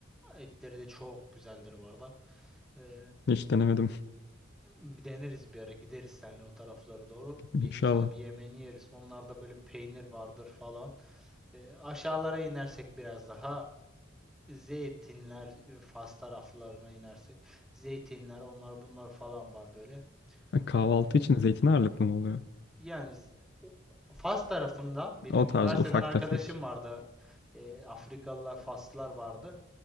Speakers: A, in the centre; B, on the left.
A: Etleri de çok güzeldir bu arada. Ee,
B: Hiç denemedim.
A: bir deneriz bir ara gideriz seninle o taraflara doğru. Bir
B: İnşallah.
A: güzel bir yemeğini yeriz. Onlarda böyle peynir vardır falan. Ee, aşağılara inersek biraz daha zeytinler, e, Fas taraflarına inersek zeytinler, onlar bunlar falan var böyle.
B: E, Kahvaltı
A: O-
B: için zeytin ağırlıklı mı oluyor?
A: Yani z- o- Fas tarafında benim
B: O tarz
A: üniversiteden
B: ufak
A: arkadaşım
B: tefek.
A: vardı. Ee, Afrikalılar, Faslılar vardı.